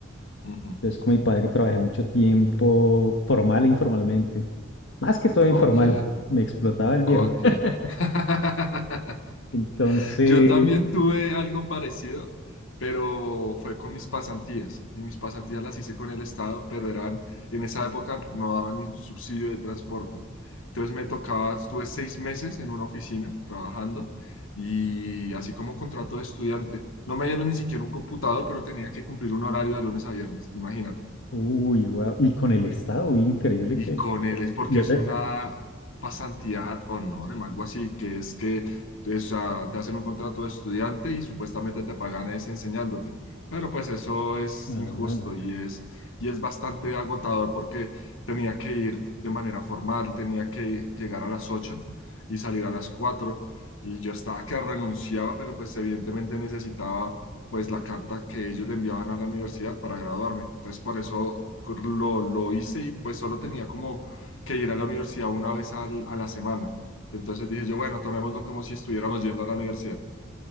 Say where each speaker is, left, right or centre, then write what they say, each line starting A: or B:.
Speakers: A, on the left; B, on the left.
A: ujú.
B: Entonces con mi padre trabajé mucho tiempo, formal e informalmente. Más que todo informal,
A: Ok,
B: me explotaba el viejo.
A: ok.
B: <laughs>
A: <laughs>
B: Entonces,
A: Yo también tuve algo parecido, pero fue con mis pasantías. En mis pasantías las hice con el Estado, pero eran, en esa época no daban ni subsidio de transporte. Entonces me tocaba, estuve seis meses en una oficina trabajando y así como contrato de estudiante. No me dieron ni siquiera un computador, pero tenía que cumplir un horario de lunes a viernes, imagínate.
B: uy, guau, Y con el Estado, uy, increíble
A: Y
B: que...
A: con él es porque
B: Y ese...
A: es una pasantía ad honorem, algo así, que es que o sea, te hacen un contrato de estudiante y supuestamente te pagan es enseñándote. Pero pues eso es
B: ah,
A: injusto
B: no, no.
A: y es, y es bastante agotador porque tenía que ir de manera formal, tenía que llegar a las 8 y salir a las 4 y yo estaba que renunciaba, pero pues evidentemente necesitaba pues la carta que ellos le enviaban a la universidad para graduarme. Entonces por eso cor- lo, lo hice y pues solo tenía como que ir a la universidad una vez al- a la semana. Entonces dije yo, bueno, tomémoslo como si estuviéramos yendo a la universidad.